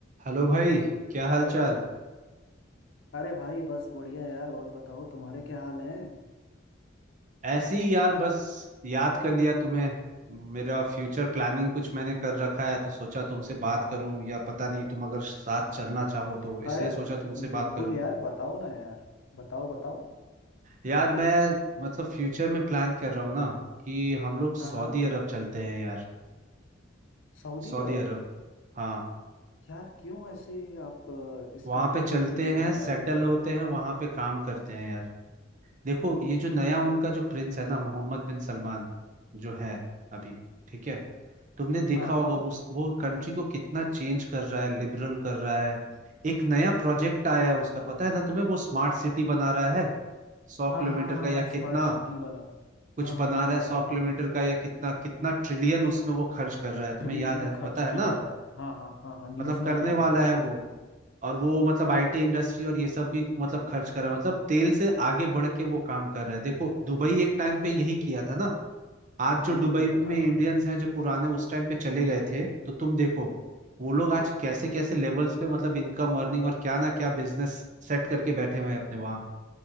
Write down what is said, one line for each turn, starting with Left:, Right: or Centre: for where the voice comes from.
Right: हेलो भाई क्या हाल चाल
Left: अरे भाई बस बढ़िया यार और बताओ तुम्हारे क्या हाल है
Right: ऐसी यार बस याद कर लिया तुम्हें मेरा फ्यूचर प्लानिंग कुछ मैंने कर रखा है तो सोचा तुमसे बात करूं या पता नहीं तुम अगर साथ चलना चाहो तो
Left: अरे
Right: इसलिए सोचा तुमसे
Left: बिल्कुल
Right: बात करूं
Left: यार बताओ ना यार बताओ बताओ
Right: यार मैं मतलब फ्यूचर में प्लान कर रहा हूँ ना कि हम लोग सऊदी
Left: हाँ हाँ
Right: अरब चलते हैं यार
Left: सऊदी
Right: सऊदी
Left: अरब
Right: अरब हाँ
Left: यार क्यों ऐसे आप अ, इस
Right: वहाँ
Left: कंट्री
Right: पे चलते
Left: पे क्यों जाना
Right: हैं
Left: चाहते
Right: सेटल
Left: हो
Right: होते हैं वहाँ पे काम करते हैं यार देखो ये जो नया उनका जो प्रिंस है ना मोहम्मद बिन सलमान जो है अभी ठीक है तुमने देखा
Left: हाँ हाँ
Right: होगा वो वो कंट्री को कितना चेंज कर रहा है लिबरल कर रहा है एक नया प्रोजेक्ट आया है उसका पता है ना तुम्हें वो स्मार्ट सिटी बना रहा है सौ
Left: हाँ
Right: किलोमीटर
Left: हाँ हाँ
Right: का या
Left: हाँ
Right: कितना
Left: स्मार्ट सिटी वाला
Right: कुछ
Left: हाँ हाँ
Right: बना
Left: हाँ
Right: रहा
Left: हाँ
Right: है सौ
Left: हाँ हाँ
Right: किलोमीटर का या कितना कितना ट्रिलियन उसमें वो खर्च कर रहा है तुम्हें
Left: ट्रिलियन
Right: याद है
Left: खर्च
Right: पता है
Left: किया
Right: ना
Left: हुआ है हाँ हाँ हाँ हाँ न्यूज़
Right: मतलब करने
Left: में आया
Right: वाला
Left: था
Right: है वो और वो मतलब आईटी इंडस्ट्री और ये सब भी मतलब खर्च कर रहा है मतलब तेल से आगे बढ़ के वो काम कर रहा है देखो दुबई एक टाइम पे यही किया था ना आज जो
Left: यही
Right: दुबई
Left: किया
Right: में
Left: था
Right: इंडियंस
Left: हाँ
Right: हैं जो पुराने उस टाइम पे चले गए थे तो तुम देखो वो लोग आज कैसे कैसे लेवल्स पे मतलब इनकम अर्निंग और क्या ना क्या बिजनेस सेट करके बैठे हुए हैं अपने वहां